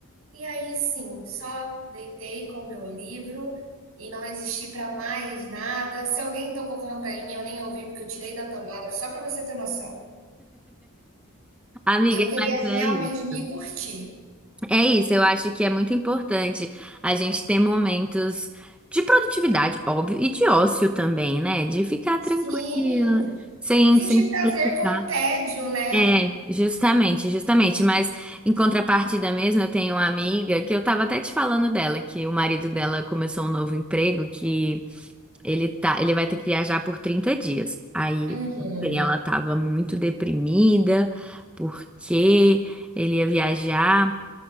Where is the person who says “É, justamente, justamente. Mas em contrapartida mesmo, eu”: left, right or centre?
Centre